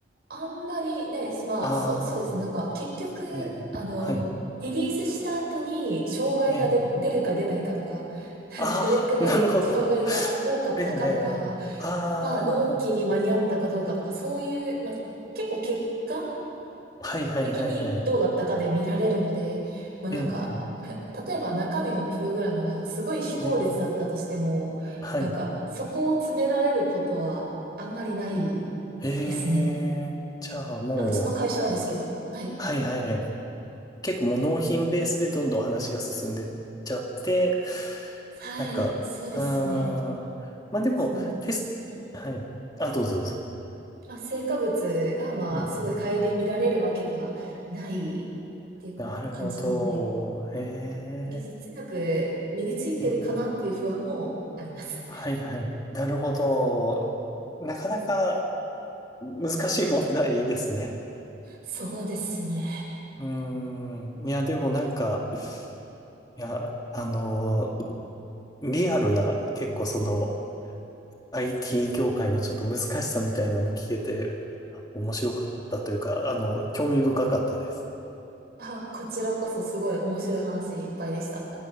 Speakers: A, on the right; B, on the left.
A: あんまりね、すまあ、
B: あ
A: そう、そうですね。なんか、結局、
B: あー、ええ、
A: あの、
B: はい、
A: リリースした後に、障害が出、
B: ええ、
A: 出るか出ないかとか、<laughs>
B: ああ、
A: どれくらい障害が多かったかとか、
B: <laughs> なるほど。<laughs> ええ、ああ、
A: まあ、納期に間に合ったかどうかとか、そういう、まあ、結構結果
B: はいはいはいはい。
A: 的にどうだったかで見られるので、まあなんか、
B: ええ、
A: <laughs> 例えば中身のプログラムがすごい非効率だったとしても、
B: ええ、はい。
A: なんか、そこを詰められることはあんまりない
B: ええ、
A: ですね。
B: じゃあも
A: あ、うちの会社はですけど。はい。
B: う、はいはいはい。結構もう納品ベースでどんどん話が進んでっちゃって、
A: はい、
B: なんか、
A: そうですね。
B: あー、まあでも、
A: その、
B: テスト、
A: うん
B: はい。あ、どうぞどうぞ。
A: あ、成果物が、まあ、
B: うんうん、
A: すごい顧みられるわけではないっていう感じなので、
B: なるほど。
A: はい、
B: え
A: 技術力身についてるかなっていう不安もあります。
B: え、えーはいはい。なるほど。なかなか難しい問題ですね。
A: そうですね。
B: うーん。いや、でもなんか、いや、あのーリアルな、結構その、IT 業界のちょっと難しさみたいなの聞けて、面白かったというか、あの、興味深かったです。
A: あ、こちらこそすごい面白い話いっぱいでした。